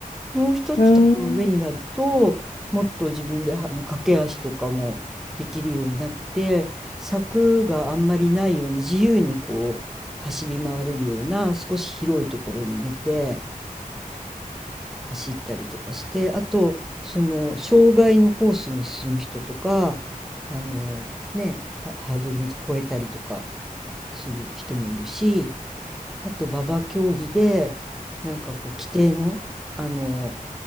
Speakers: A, in the centre; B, on the left.
A: もう一つ多分上になるともっと自分であの駆け足とかもできるようになって柵があんまりないような自由にこう走り回れるような少し広いところに出て
B: うん。うーん。
A: 走ったりとかしてあとその障害のコースに進む人とかあのねハハードル見て越えたりとかする人もいるしあと馬場競技でなんかこう規定の、あの